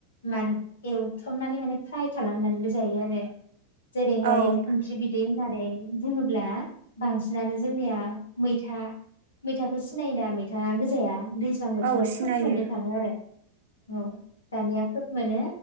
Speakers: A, on the left; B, on the right.
A: मान एवथमनानै माने फ्राय खालामनानैबो जायो आरो। जेरैहाय
B: औ
A: ओंख्रि बिदै नानै बुङोब्ला बांसिनानो जोंनिया मैथा-मैथाखौ सिनायो दा मैथा गोजाया दैज्लां बोथोराव
B: औ सिनायो
A: खोब मोननो थाङो आरो औ दानिया खोब मोनो